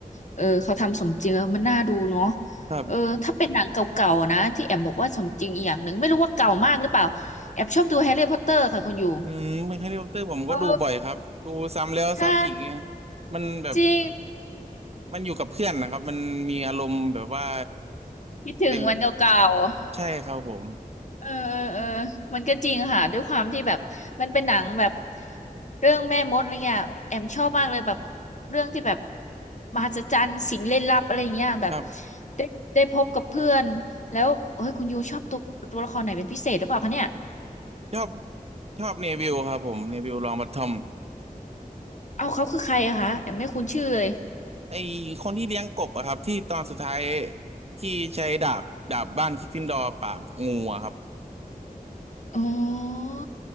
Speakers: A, on the left; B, on the right.
A: เออเขาทำสมจริงแล้วมันน่าดูเนาะ
B: ครับ
A: เออถ้าเป็นหนังเก่าๆนะที่แอมบอกว่าสมจริงอีกอย่างหนึ่งไม่รู้ว่าเก่ามากหรือเปล่าแอมชอบดูแฮร์รี่พอตเตอร์ค่ะคุณอยู่
B: อืมแฮร์รี่พอตเตอร์ผมก็ดูบ่อยครับดูซ้ำแล้วซ้ำอีกไง
A: เออใช่
B: มันแบบ
A: จริง
B: มันอยู่กับเพื่อนนะครับมันมีอารมณ์แบบว่า
A: คิดถึงวันเก่าๆ
B: เป็นใช่ครับผม
A: เออเออเออมันก็จริงค่ะด้วยความที่แบบมันเป็นหนังแบบเรื่องแม่มดอะไรเงี้ยแอมชอบมากเลยแบบเรื่องที่แบบมหัศจรรย์สิ่งลี้ลับอะไรเงี้ยแบบ
B: ครับ
A: ได้ได้พบกับเพื่อนแล้วเฮ้ยคุณยูชอบตัวตัวละครไหนเป็นพิเศษหรือเปล่าคะเนี่ย
B: ชอบชอบเนวิลครับผมเนวิลลองบัตทอม
A: เอาเขาคือใครอะคะแอมไม่คุ้นชื่อเลย
B: ไอคนที่เลี้ยงกบอะครับที่ตอนสุดท้ายที่ใช้ดาบดาบบ้านกริฟฟินดอร์ปราบงูอะครับ
A: อ๋อ